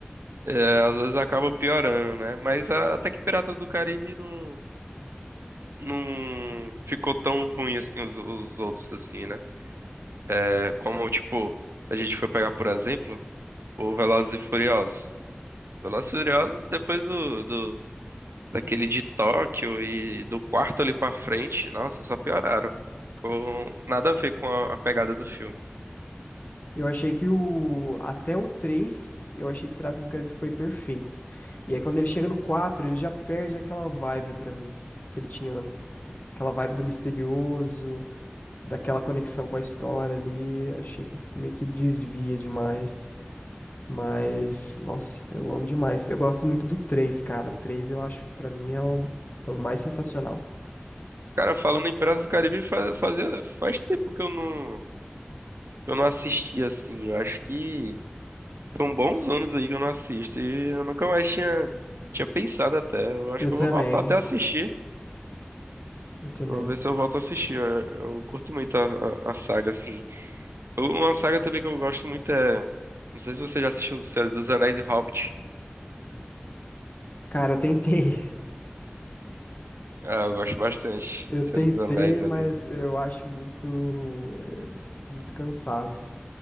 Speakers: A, on the right; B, on the left.
A: é, às vezes acaba piorando, né? Mas a- até que Piratas do Caribe não... Não ficou tão ruim assim os, os outros, assim, né? É, como, tipo, se a gente for pegar por exemplo, o Velozes e Furiosos. O Velozes e Furiosos, depois do, do, daquele de Tóquio e do quarto ali pra frente, nossa, só pioraram. Ficou nada a ver com a, a pegada do filme.
B: Eu achei que o. Até o 3 eu achei que Piratas do Caribe foi perfeito. E aí quando ele chega no 4 ele já perde aquela vibe pra mim que ele tinha antes. Aquela vibe do misterioso, daquela conexão com a história ali. Achei que meio que desvia demais. Mas, nossa, eu amo demais. Eu gosto muito do 3 cara. O 3 eu acho, pra mim, é o, é o mais sensacional.
A: Cara, falando em Piratas do Caribe, faz, fazia, faz tempo que eu não, que eu não assisti assim. Eu acho que são bons anos aí que eu não assisto. E eu nunca mais tinha, tinha pensado até. Eu acho
B: Eu
A: que
B: também,
A: eu vou voltar até a assistir.
B: eu também.
A: Vou ver se eu volto a assistir. Eu, eu curto muito a, a, a saga, assim. Uma saga também que eu gosto muito é. Não sei se você já assistiu Senhor dos Anéis e Hobbit.
B: Cara, eu tentei. <laughs>
A: Ah, eu gosto bastante.
B: Eu
A: Senhor
B: tentei,
A: dos Anéis
B: mas
A: ali.
B: eu acho muito, é, muito cansaço.